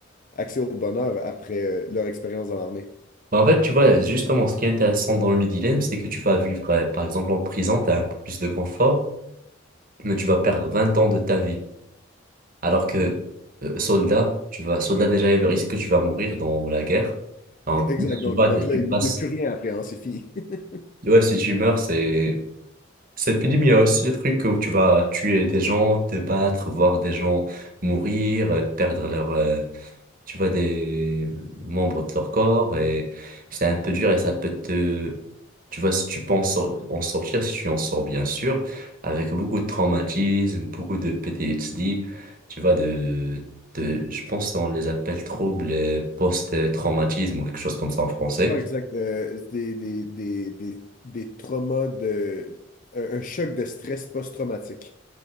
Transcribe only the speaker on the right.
En fait, tu vois, justement, ce qui est intéressant dans le dilemme, c'est que tu vas vivre, euh, par exemple, en prison, tu as un peu plus de confort. mais tu vas perdre 20 ans de ta vie. Alors que euh, soldat, tu vas, soldat déjà, il y a le risque que tu vas mourir dans la guerre.
En
plus,
tu vas,
tu
passes.
Ouais, si tu meurs, c'est c'est fini, mais il y a aussi le truc où tu vas tuer des gens, te battre, voir des gens mourir, euh, perdre leur, euh, tu vois, des membres de leur corps et c'est un peu dur et ça peut te... Tu vois, si tu penses en sor- en sortir, si tu en sors bien sûr, avec beaucoup de traumatisme, beaucoup de PTSD, tu vois, de, de, je pense qu'on les appelle troubles euh, post-traumatisme ou quelque chose comme ça en français.